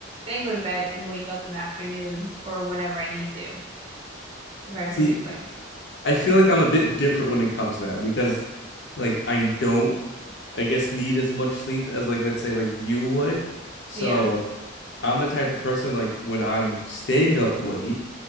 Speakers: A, on the right; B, on the left.
A: then go to bed and wake up in the afternoon or whenever I need to
B: <laughs>
A: if I have
B: See,
A: something planned.
B: I feel like I'm a bit different when it comes to that because like I don't I guess need as much sleep as like let's say like you would. So
A: Yeah.
B: I'm the type of person like when I'm staying up late,